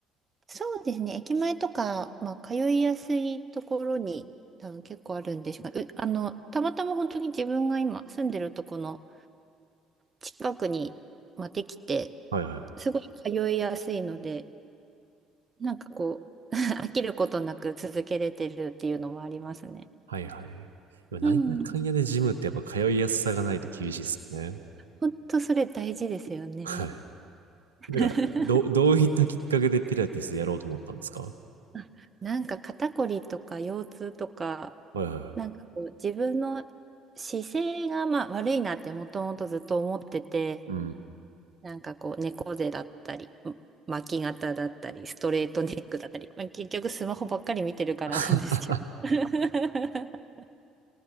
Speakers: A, on the right; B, on the right.
A: そうですね。駅前とか、まあ、通いやすいところに多分結構あるんでしょうねうあの、たまたま本当に自分が今住んでるとこの近くに、まあ、できて、
B: はいはい。
A: すごい通いやすいので、なんかこう、<laughs> 飽きることなく続けれてるっていうのはありますね。
B: はいはい。今、なんやかんやでジムってやっぱ通いやすさがないと厳しいですよね。
A: うん。本当それ大事ですよね。
B: はい。
A: <laughs>
B: なんか、どう、どういったきっかけでピラティスやろうと思ったんですか
A: あなんか肩こりとか腰痛とか、
B: はいはいはい。
A: なんかこう自分の姿勢がまあ悪いなってもともとずっと思ってて、
B: うん。
A: なんかこう猫背だったり、うん巻き肩だったり、ストレートネックだったり、まあ結局スマホばっかり見てるからなんですけど。
B: <laughs>
A: <laughs>